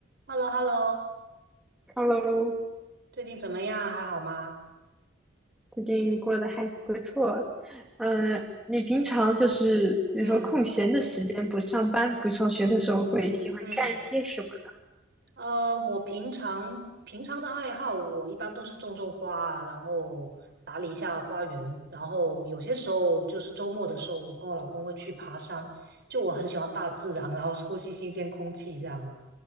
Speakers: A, on the right (about 55°); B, in the centre.
A: h e l l o h e l l o
B: Hello，
A: 最近怎么样？还好吗？
B: 最近过得还不错。嗯，你平常就是比如说空闲的时间，
A: 嗯
B: 不上班、不上学的时候，会喜欢干一些什么呢？
A: 嗯，呃，我平常平常的爱好，我一般都是种种花啊然后打理一下花园，然后有些时候就是周末的时候，我跟我老公会去爬山，就我很喜欢大自然，然后呼吸新鲜空气这样。